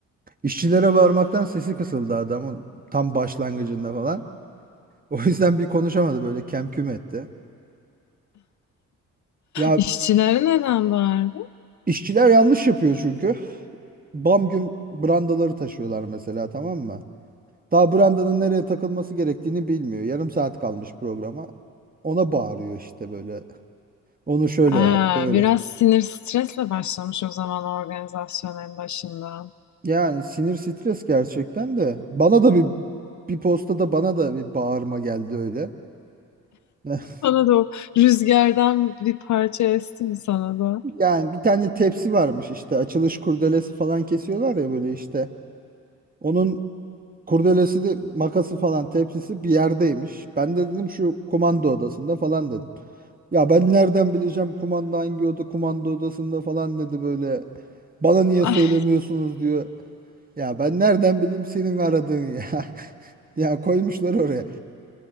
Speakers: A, on the right; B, on the left.
A: İşçilere bağırmaktan sesi kısıldı adamın tam başlangıcında falan. O yüzden bir konuşamadı böyle kem küm etti. Ya
B: İşçilere neden bağırdı?
A: işçiler yanlış yapıyor çünkü. Bam güm brandaları taşıyorlar mesela tamam mı? Daha brandanın nereye takılması gerektiğini bilmiyor. Yarım saat kalmış programa. Ona bağırıyor işte böyle. Onu şöyle
B: Aa,
A: yap böyle.
B: biraz sinir stresle başlamış o zaman organizasyon en başında.
A: Yani sinir stres gerçekten de. Bana da bir bir postada bana da bir bağırma geldi öyle. <laughs>
B: Sana da o rüzgardan bir parça esti mi sana da?
A: Yani bir tane tepsi varmış işte açılış kurdelesi falan kesiyorlar ya böyle işte. Onun kurdelesi de makası falan tepsisi bir yerdeymiş. Ben de dedim şu kumanda odasında falan dedim. Ya ben nereden bileceğim kumanda hangi oda kumanda odasında falan dedi böyle. Bana niye
B: Ah,
A: söylemiyorsunuz diyor. Ya ben nereden bileyim senin aradığın ya. <laughs> Ya koymuşlar oraya.